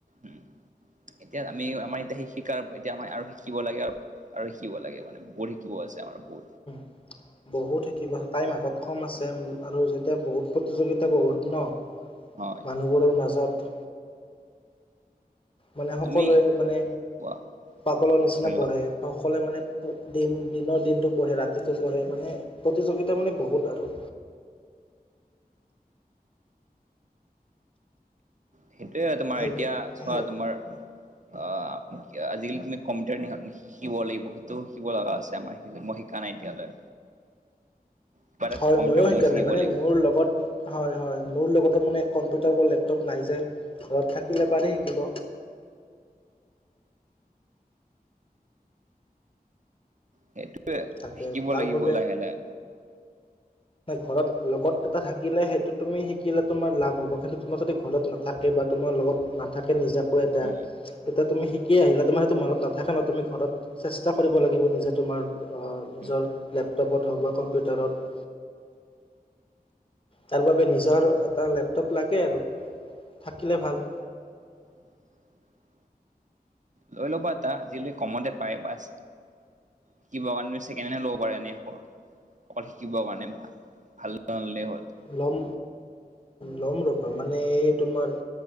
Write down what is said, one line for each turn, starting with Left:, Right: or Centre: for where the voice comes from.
Right: উম, এতিয়া আমি আমাৰ এতিয়া শিকাৰ এতিয়া আম আৰু শিকিব লাগে আৰু - আৰু শিকিব লাগে মানে বহুত শিকিব আছে আমাৰ
Left: <inaudible> বহুত থাকিব টাইম হাতত কম আছে আৰু যেতিয়া বহুত প্ৰতিযোগিতা বহুত ন
Right: হয়।
Left: মানুহবোৰৰ মাজত মানে সকলোৱে
Right: তুমি
Left: মানে
Right: কোৱা
Left: পাগলৰ নিচিনা
Right: কৈ লোৱা
Left: পঢ়ে সকলে মানে দিন দিনৰ দিনটো পঢ়ে ৰাতিটো পঢ়ে মানে প্ৰতিযোগিতা মানে বহুত আৰু
Right: সেইটোয়ে হয় তোমাৰ
Left: সেইবোৰ
Right: এতিয়া চোৱা
Left: সেই
Right: তোমাৰ অ' আজিকালি তুমি কম্পিউটাৰ শিকিব লাগিব সেইটোও শিকিব লগা আছে আমাৰ মই শিকা নাই এতিয়ালৈ কিবা এটা
Left: হয়
Right: কম্পিউটাৰ
Left: ময়ো
Right: কৰ্চ
Left: শিকা
Right: শিকিব
Left: নাই মানে
Right: লাগিব
Left: মোৰ লগত হয় হয় মোৰ লগতো মানে কম্পিউটাৰ বা লেপটপ নাই যে ঘৰত থাকিলে পাৰি শিকিব।
Right: সেইটোয়ে
Left: তাকে
Right: শিকিব
Left: তাৰ
Right: লাগিব
Left: বাবে
Right: লাহে লাহে
Left: ঘৰত লগত এটা থাকিলে সেইটো তুমি শিকিলে তোমাৰ লাভ হ'ব কিন্তু তোমাৰ যদি ঘৰত নাথাকে বা তোমাৰ লগত নাথাকে নিজাকৈ এটা
Right: উম
Left: এতিয়া তুমি শিক কি আহিলে তোমাৰ সেইটো মন নথকা ন তুমি ঘৰত চেষ্টা কৰিব লাগিব নিজে তোমাৰ নিজৰ
Right: উম
Left: লেপটপত হওক বা কম্পিউটাৰত তাৰ বাবে নিজৰ এটা লেপটপ লাগে আৰু থাকিলে ভাল।
Right: <inaudible> লৈ ল'ব এটা আজিকালি কমতে পায় বাছ শিকিব কাৰণে ছেকেণ্ড হেণ্ড লবা এনে সৰু অকল শিকিবৰ কাৰণে ভাল এটা আনিলে হ'ল
Left: লম ল'ম ৰ'বা মানে এই তোমাৰ